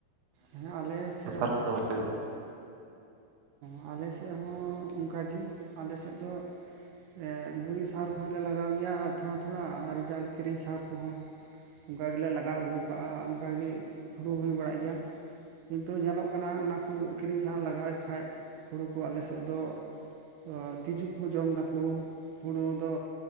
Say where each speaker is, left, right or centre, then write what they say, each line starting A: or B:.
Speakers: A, on the right (about 80°); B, on the right (about 65°).
A: ᱦᱮᱸ ᱟᱞᱮ ᱥᱮᱜ
B: ᱥᱟᱨ
A: ᱦᱚᱸ
B: ᱠᱚᱫᱚ ᱵᱟᱞᱮ
A: ᱟᱸᱻᱟᱞᱮ ᱥᱮᱜ ᱦᱚᱸ ᱚᱱᱠᱟ ᱜᱮ ᱟᱞᱮ ᱥᱮᱜ ᱫᱚ ᱮ ᱜᱩᱨᱤᱡ ᱥᱟᱦᱟᱨ ᱠᱚᱦᱚᱸ ᱞᱮ ᱞᱟᱜᱟᱣ ᱜᱮᱭᱟ ᱛᱷᱚᱲᱟ ᱛᱷᱚᱲᱟ ᱟᱨ ᱡᱟᱜᱮ ᱠᱤᱨᱤᱧ ᱥᱟᱦᱟᱨ ᱠᱩᱦᱚᱸ ᱚᱝᱠᱟ ᱜᱮᱞᱮ ᱞᱟᱜᱟᱣ ᱟᱹᱜᱩᱣ ᱠᱟᱜᱼᱟ ᱚᱱᱠᱟ ᱜᱮ ᱦᱩᱲᱩ ᱦᱩᱭ ᱵᱟᱲᱟᱜ ᱜᱮᱭᱟ᱾ ᱠᱤᱱᱛᱩ ᱧᱮᱞᱚᱜ ᱠᱟᱱᱟ ᱚᱱᱟ ᱠᱩ ᱠᱤᱨᱤᱧ ᱥᱟᱦᱟᱨ ᱞᱟᱜᱟᱣᱮᱜ ᱠᱷᱟᱡ ᱦᱩᱲᱩ ᱠᱚ ᱟᱞᱮ ᱥᱮᱜ ᱫᱚ ᱫᱚ ᱛᱤᱡᱩ ᱠᱚᱠᱚ ᱡᱚᱢ ᱫᱟᱠᱚ ᱦᱩᱲᱩ ᱫᱚ